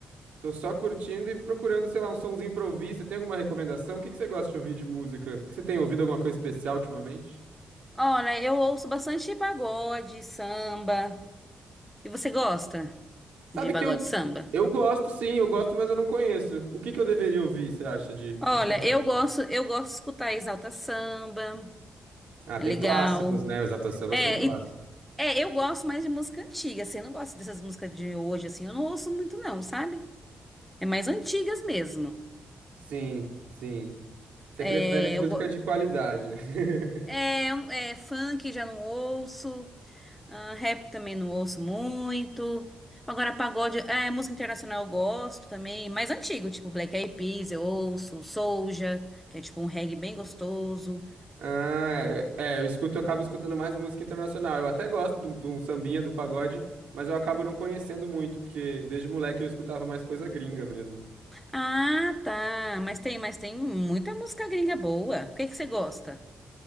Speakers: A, on the right; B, in the centre.
A: tô só curtindo e procurando, sei lá, um sonzinho pra ouvir. Você tem alguma recomendação? O que que você gosta de ouvir de música? O que você tem ouvido alguma coisa especial ultimamente?
B: Olha, eu ouço bastante pagode, samba. E você gosta
A: Sabe
B: de pagode
A: que eu,
B: e samba?
A: eu gosto, sim, eu gosto, mas eu não conheço. O que que eu deveria ouvir, você acha, de,
B: Olha,
A: de pagode?
B: eu gosto, eu gosto de escutar Exalta Samba.
A: Ah,
B: É
A: tem
B: legal.
A: clássicos, né? Os Exalta Samba
B: É,
A: são clássicos.
B: e- é, eu gosto mais de música antiga, assim, eu não gosto dessas músicas de hoje, assim, eu não ouço muito não, sabe? É mais antigas mesmo.
A: Sim, sim. Você
B: É,
A: prefere música
B: eu, go-
A: de qualidade. né? <laughs>
B: é, é, funk já não ouço. Ah, rap também não ouço muito. Agora, pagode, é, música internacional eu gosto também, mais antigo, tipo Black Eyed Peas, eu ouço, Soulja, que é tipo um reggae bem gostoso.
A: Ah, é, é, eu escuto, eu acabo escutando mais música internacional. Eu até gosto do- de um sambinha, do pagode, mas eu acabo não conhecendo muito, porque desde moleque eu escutava mais coisa gringa mesmo.
B: Ah, tá, mas tem, mas tem muita música gringa boa. O que que você gosta?